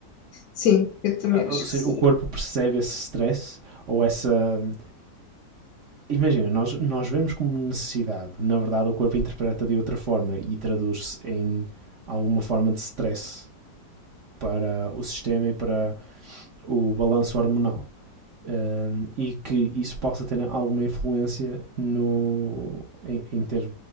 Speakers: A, on the left; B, on the right.
A: Sim, eu também
B: ou
A: acho
B: seja,
A: que sim.
B: o corpo percebe esse stress ou essa hum, Imagina, nós, nós vemos como necessidade, na verdade o corpo interpreta de outra forma e traduz-se em alguma forma de stress para o sistema e para o balanço hormonal. Um, e que isso possa ter alguma influência no, em, em ter